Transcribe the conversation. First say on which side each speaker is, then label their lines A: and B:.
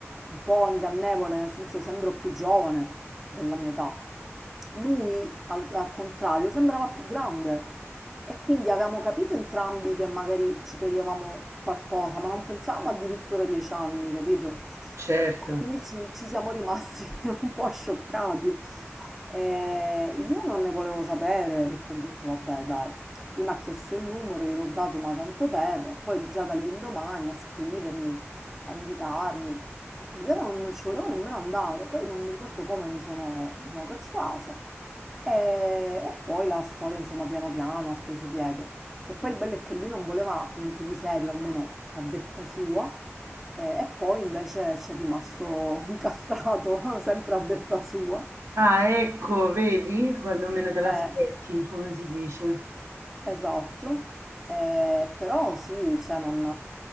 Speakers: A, in the centre; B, on the right.
A: un po' ingannevole, nel senso sembro più giovane della mia età. Lui, al, al contrario, sembrava più grande e quindi avevamo capito entrambi che magari ci toglievamo qualcosa, ma non pensavamo addirittura a dieci anni, capito?
B: Certo.
A: E quindi ci, ci siamo rimasti <laughs> un po' scioccati. Eh, io non ne volevo sapere perché ho detto, vabbè, dai. Lui mi ha chiesto il numero, gliel'ho dato ma tanto per, poi già dall'indomani a scrivermi, a invitarmi. E io non, non ci volevo nemmeno andare, poi non mi ricordo come mi sono, mi sono persuasa. E, e poi la storia, insomma, piano piano ha preso piede. Che poi il bello è che lui non voleva niente di serio, almeno a detta sua, e, e poi invece ci è rimasto incastrato, <laughs> sempre a detta sua.
B: Ah, ecco, vedi, quando meno te l'aspetti,
A: Eh,
B: come si dice.
A: Esatto, eh, però sì, cioè non,